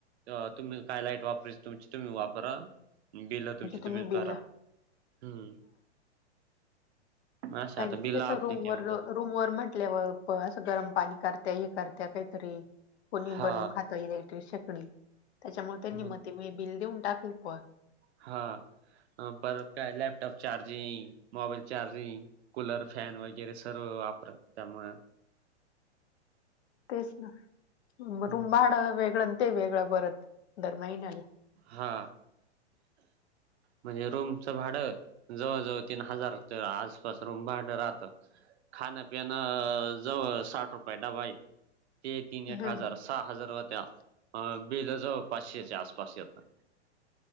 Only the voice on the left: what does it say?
तुम्ही
बिल
पाहिजे
तसं
रूम
वर
रूम वर म्हंटल्यावर प असं गरम पाणी करत्या हे करत्या काहीतरी. कोणी
बनवून खात इलेक्ट्रिक शेगडी त्याच्यामुळे त्यांनी
मती बिल देऊन टाकली. प
तेच ना रूम
म भाडा वेगळं आन ते वेगळं बरत दर महिन्याला.
हा